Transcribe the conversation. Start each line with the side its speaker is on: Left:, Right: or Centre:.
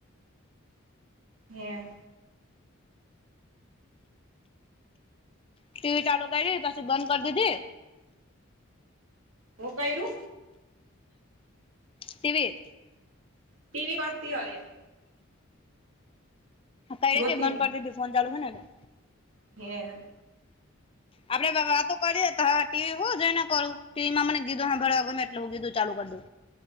Right: હે
Left: ટી વી ચાલુ કરી પસી બંધ કર દીધી
Right: હું કયરુ?
Left: ટી વી
Right: ટી વી <unintelligible> હોય એે
Left: કયરીતી
Right: જોતી
Left: બંધ કરી દીધું ફોન ચાલુ છે ન એટલે
Right: હે
Left: આપડે વ વાતો કરીએે તો હ ટી વી હું જોય ને કરું ટી વી માં મને ગીતો હાભરવા ગમે એટલે હું ગીતુ ચાલુ કર દઉ